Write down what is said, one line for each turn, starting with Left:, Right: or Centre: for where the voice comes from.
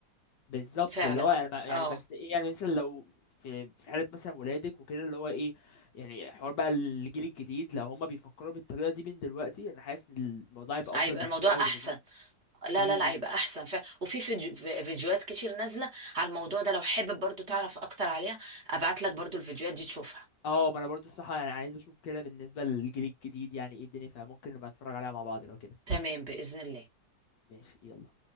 Left: بالظبط
Right: فعلا
Left: اللي هو يعني, ما- يعني
Right: اه
Left: بس إيه يعني مثلا لو في في حالة مثلا ولادك وكده اللي هو إيه يعني حوار بقى الجيل الجديد لو هما بيفكروا بالطريقة دي من دلوقتي أنا حاسس إن الموضوع يبقى
Right: هيبقى
Left: أفضل بكتير
Right: الموضوع احسن
Left: أوي بالنسبة
Right: لا
Left: لهم
Right: لا لا هيبقى احسن فعلا وفي فيديو- في- فيديوهات كتير نازلة على الموضوع ده لو حابب برضو تعرف اكتر عليها ابعت لك برضو الفيديوهات دي تشوفها
Left: اه ما انا برضو الصراحه يعني عايز اشوف كده بالنسبه للجيل الجديد يعني ايه الدنيا فممكن نبقى نتفرج عليها مع بعض لو كده
Right: تمام بإذن الله
Left: ماشي يلا